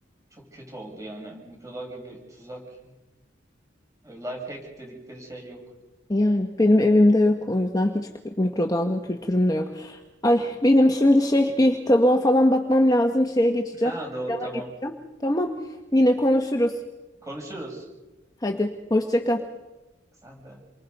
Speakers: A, on the right; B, on the left.
A: çok kötü oldu yani. Mikrodalga bir tuzak. Öyle Life hack dedikleri şey yok.
B: Yani benim evimde yok. O yüzden hiç mikrodalga kültürüm de yok. Ay benim şimdi şey bir tavuğa falan bakmam lazım. Şeye geçeceğim.
A: Ha doğru
B: Pilava
A: tamam.
B: geçeceğim. Tamam. Yine konuşuruz.
A: Konuşuruz.
B: Hadi hoşça kal.
A: Sen de.